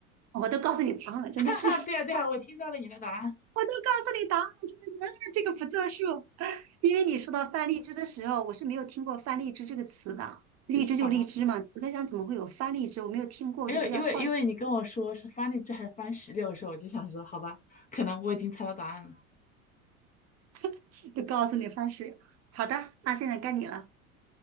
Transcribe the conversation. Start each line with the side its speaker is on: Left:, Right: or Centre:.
Right: 我都告诉你答案了，真的是。
Left: 哈哈，对呀、对呀、我听到了你的答案，
Right: 我都告诉你答案了，真的是，<laughs> 这个不作数。<laughs> 因为你说到翻荔枝的时候，我是没有听过翻荔枝这个词的。荔枝就荔枝嘛，
Left: 好吧？
Right: 我在想怎么会有翻荔枝，我没有听过，
Left: 因为因为因为你跟我说是番荔枝还是番石榴的时候，
Right: 我就比较好奇，
Left: 我就想说，好吧，可能我已经猜到答案了。
Right: <laughs> 就告诉你方式。好的，那现在该你了。